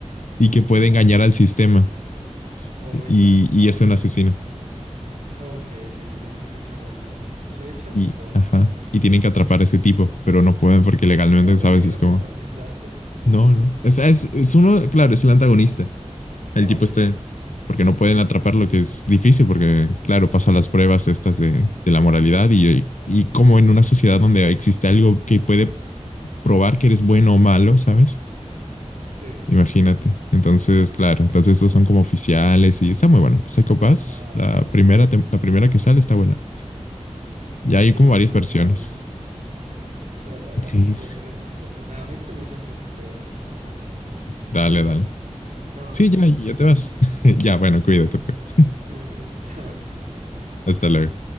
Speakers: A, on the left (about 80°); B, on the right (about 80°).
A: y
B: Oh.
A: que puede engañar al sistema.
B: Oh,
A: Y,
B: igual.
A: y
B: Oh,
A: es un
B: qué
A: asesino.
B: rico. Ok, ok, sí, se escucha buenardo. No le he echado
A: Y,
B: un ojo, ¿ah?
A: ajá, y tienen que atrapar a ese tipo, pero no pueden porque legalmente,
B: Oh, pensé
A: ¿sabes?
B: que
A: Es
B: era el
A: como,
B: protagonista. <laughs>
A: no, no. Es, es, es uno, claro, es el antagonista. el
B: Ah,
A: tipo
B: ok,
A: este,
B: ok.
A: porque no pueden atraparlo, que es difícil, porque claro, pasan las pruebas estas de, de la moralidad y, y como en una sociedad donde existe algo que puede probar que eres bueno o malo, ¿sabes?
B: Sí.
A: Imagínate. Entonces, claro, entonces estos son como oficiales y está muy bueno. Psycho Pass,
B: Wow,
A: la
B: wow.
A: primera, tem- la primera que sale está buena. Ya hay
B: Sí,
A: como
B: le voy a
A: varias
B: echar un
A: versiones.
B: ojo ahora mismo. De verdad, gracias
A: Sí,
B: por
A: sí.
B: esa recomendación. Nada, me diste muchas cosas que ver. No,
A: Dale,
B: fíjate,
A: dale.
B: bro. Chao.
A: Sí, ya, ya te vas. <laughs> Ya, bueno, cuídate pues.
B: Sí, sí. <laughs> Chao, chao.
A: <laughs> Hasta luego.